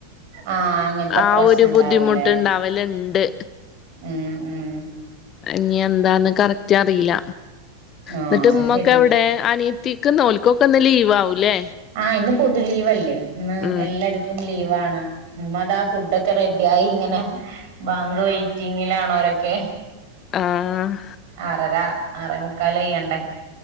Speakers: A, on the right; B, on the left.
A: ആഹ് അങ്ങനത്തെ
B: ആ
A: പ്രശ്നം
B: ഒരു
A: ഉണ്ടാവൂലേ
B: ബുദ്ധിമുട്ട് ഇണ്ടാവല്ണ്ട്.
A: ഉം ഉം.
B: ഇനി എന്താന്ന് കറക്റ്റ് അറിയില്ല.
A: ആഹ്
B: എന്നിട്ട്
A: അത്
B: ഇമ്മൊക്കെ
A: ശരിയാ
B: എവിടെ അനിയത് ത്തിക്ക് ഇന്നോൽക്കൊക്കെ ഇന്ന് ലീവാവുല്ലേ?
A: ആഹ് ഇന്ന് പൊതു ലീവല്ലേ? ഇന്ന്
B: ഉം
A: എല്ലാർക്കും ലീവാണ്. ഉമ്മ അതാ ഫുഡ്ഡൊക്കെ റെഡി ആയി ഇങ്ങനെ. ബാങ്ക് വെയിറ്റിങ്ങിലാണോരൊക്കെ.
B: ആഹ്.
A: ആറര ആറേമുക്കാലയ്യണ്ടേ.